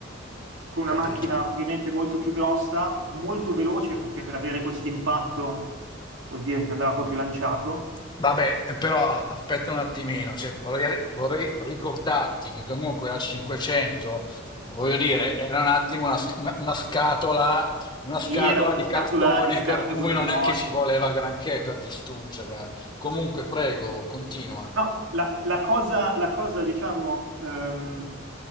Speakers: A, on the right; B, on the left.
A: Con
B: Ho
A: una
B: Capito?
A: macchina ovviamente molto più grossa, molto veloce perché per avere questo impatto vuol dire che andava proprio lanciato.
B: Vabbè, però aspetta un attimino, cioè, vorrei, vorrei ricordarti che comunque la 500, voglio dire, era un attimo una, sc- una- una scatola, una scatola
A: Sì, era una
B: di
A: scatola
B: cartone,
A: di scarpe
B: per cui
A: con le
B: non
A: ruote.
B: è che ci voleva granché per distruggerla. Comunque, prego,
A: Sì.
B: continua.
A: No, la, la cosa, la cosa, diciamo, ehm,